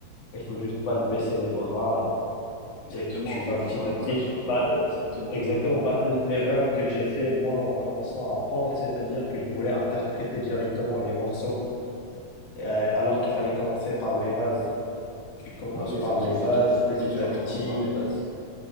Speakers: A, on the left; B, on the left.
A: il faut juste pas le baisser les bras
B: Exactement,
A: et, et que tu
B: faut,
A: vas
B: faut
A: petit
B: pas qu'on
A: à petit.
B: lâche, hein.
A: Bah, euh,
B: Exactement.
A: exactement. Bah, l- l'erreur que j'ai fait, moi, en commençant à apprendre, c'est-à-dire que je voulais interpréter directement les morceaux, euh, alors qu'il fallait commencer par les bases. Tu commences
B: Bah oui,
A: par
B: faut, t-
A: les
B: faut,
A: bases,
B: t-
A: petit
B: faut toujours
A: à petit.
B: commencer par les bases.